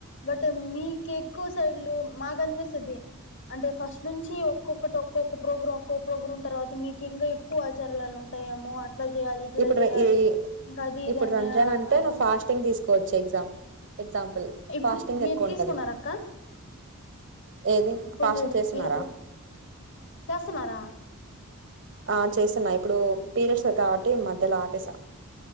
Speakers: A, on the left (about 55°); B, on the right (about 55°).
A: బట్ మీకు ఎక్కువ సైడ్లు మాకు అనిపిసది అంటే ఫస్ట్ నుంచి ఒక్కొక్కటి ఒక్కొక్క ప్రోగ్రాం ఒక్కొక్క ప్రోగ్రాం తర్వాత మీకు ఇంకా ఎక్కువ ఆచారాలు ఉంటాయేమో అనీ అట్లా చేయాలి ఇట్లా
B: ఇప్పుడు
A: చేయాలి
B: ర ఈ
A: ఇంకా అది ఇది
B: ఇప్పుడు
A: అని
B: రంజాన్
A: నేను
B: అంటే
A: అనుకుంటా
B: నువ్వు ఫాస్టింగ్ తీసుకు కోచ్ ఎగ్జామ్ ఎగ్జాంపుల్
A: ఇప్పుడు
B: ఫాస్టింగ్
A: మీరు
B: ఎక్కువ
A: తీసుకున్నార
B: ఉంటది
A: అక్క
B: ఏది
A: ఇప్పుడు
B: ఫాస్టింగ్
A: మీ
B: చేస్తున్నారా
A: మీరుప్పుడు చేస్తున్నారా
B: ఆ చేసున్నా ఇప్పుడు పీరియడ్స్ కాబట్టి మధ్యలో ఆపేసా